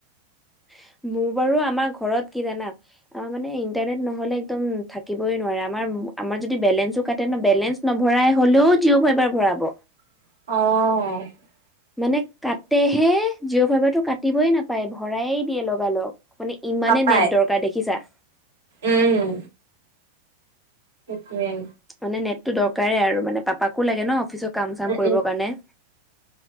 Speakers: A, in the centre; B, on the right (about 65°).
A: হয় মোৰ বাৰু আমাৰ ঘৰত কি জানা আমাৰ মানে ইন্টাৰনেট নহলে একদম থাকিবই নোৱাৰে আমাৰ আমাৰ যদি বেলেঞ্চো কাটে ন বেলেঞ্চ ন ভৰাই হলেও জিঅ' ফাইবাৰ ভৰাব
B: অ
A: মানে কাটেহে জিঅ' ফাইবাৰটো কাটিবই নাপায় ভৰাইয়ে দিয়ে লগালগ মানে ইমানে
B: পাপাই
A: নেট দৰকাৰ দেখিছা
B: উম সেইটোৱে
A: মানে নেটটো দৰকাৰে আৰু মানে পাপাকো লাগে ন অফিচত কাম চাম
B: উম,
A: কৰিবৰ কাৰণে